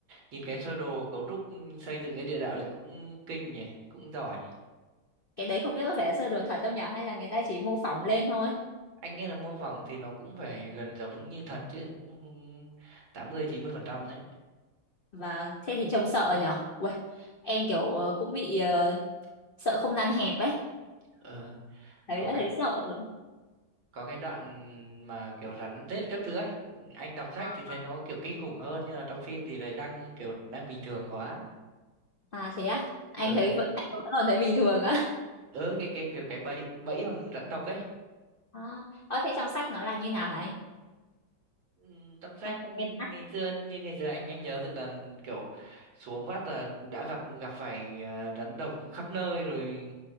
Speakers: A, on the right; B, on the left.
A: nhìn cái sơ đồ cấu trúc ừ, xây dựng cái địa đạo đấy cũng kinh nhỉ cũng giỏi
B: cái đấy không biết có vẻ sơ đồ thật không nhở hay là người ta chỉ mô phỏng lên thôi
A: anh nghĩ là mô phỏng thì nó cũng phải gần giống như thật chứ cũng tám mươi chín mươi phần trăm đấy
B: và thế thì trông sợ nhở Uầy, em kiểu ờ, cũng bị ờ, sợ không gian hẹp ấy
A: ờ,
B: thấy
A: có
B: đã
A: cái
B: thấy sợ rồi
A: có cái đoạn mà kiểu rắn rết các thứ ấy anh đọc sách
B: à
A: thì thấy nó kiểu kinh khủng hơn nhưng mà trong phim thì thấy đang kiểu đang bình thường quá
B: à thế á anh
A: ở
B: thấy
A: cái
B: vẫn- anh vẫn còn thấy bình thường á <laughs>
A: ở cái cái kiểu cái bẫy bẫy bằng rắn độc ấy
B: à, ờ thế trong sách nó là như nào hả anh
A: Ừ, trong sách
B: trong
A: ừ,
B: nguyên tắc
A: ngày xưa như ngày xưa anh anh nhớ thì là kiểu xuống vắt là đã gặp gặp phải à, rắn độc khắp nơi rồi